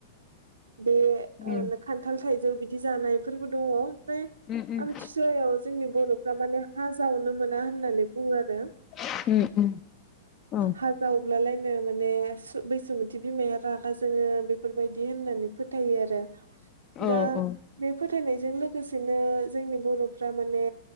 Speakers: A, on the right (about 85°); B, on the left (about 35°).
A: बे
B: उम
A: ओ
B: औ
A: खान्थाल थाइजौ बिदि जानायफोरबो दङ ओमफ्राय
B: उम उम
A: आमथिसुवायाव जोंनि बर'फ्रा माने हा जावनो मोना होननानै बुङो आरो
B: उम उम औ
A: हाजाव ब्लालायनो माने बैसोमुथि बिमाया रागा जोङो बेफोरबायदि होननानै फोथायो आरो
B: औ
A: दा
B: उम
A: बे फो थायनायजों लोगोसेनो जोंनि बर'फ्रा माने